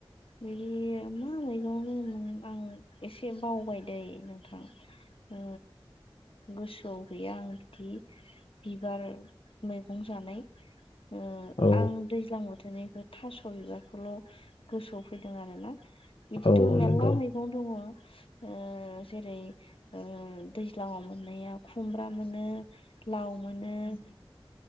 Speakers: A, on the left (about 70°); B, on the left (about 80°).
A: नि बे मा मैगं दंङमोन आं एसे बावबाय दै नोंथां। ओ गोसोआव गैया आं बिदि। बिबार मैगं जानाय ओ
B: औ
A: आं दैज्लां बोथ थोरनिखौ थास' बिबारखौल' गोसोआव फैदों आरोना। बिदिथ'
B: औ
A: मेलला
B: नंगौ
A: मैगं दङ। ओ ओ जेरै ओ दैज्लाङाव मोननाया खुमब्रा मोनो लाउ मोनो। ओ